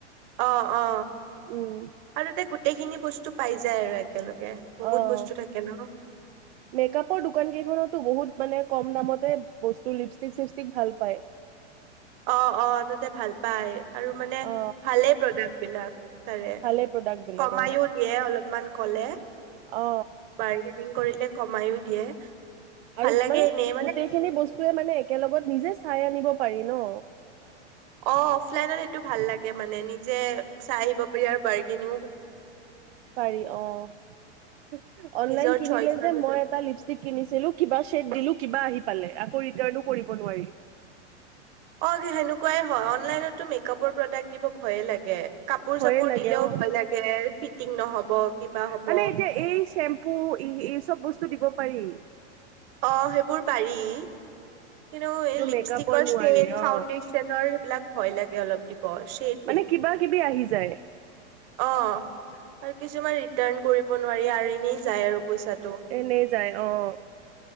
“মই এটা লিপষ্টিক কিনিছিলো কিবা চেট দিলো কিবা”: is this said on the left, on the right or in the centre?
Right